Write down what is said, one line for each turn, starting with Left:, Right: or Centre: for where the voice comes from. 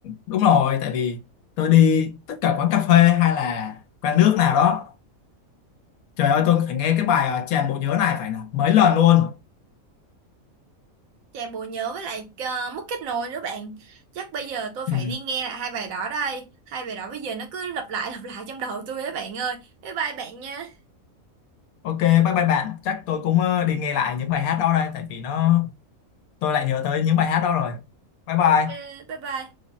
Left: đúng rồi tại vì tôi đi tất cả quán cà phê hay là quán nước nào đó trời ơi tôi phải nghe cái bài ờ, tràn bộ nhớ này phải là mấy lần luôn
Right: Chàng bộ nhớ với lại ờ, mất kết nối nữa bạn Chắc bây giờ tôi
Left: ừ.
Right: phải đi nghe lại hai bài đó đây Hai bài đó bây giờ nó cứ lặp lại lặp lại trong đầu tôi đó bạn ơi Bye bye bạn nha
Left: ok bye bye bạn chắc tôi cũng ờ, đi nghe lại những bài hát đó đây tại vì nó tôi lại nhớ tới những bài hát đó rồi bye bye
Right: Ok bye bye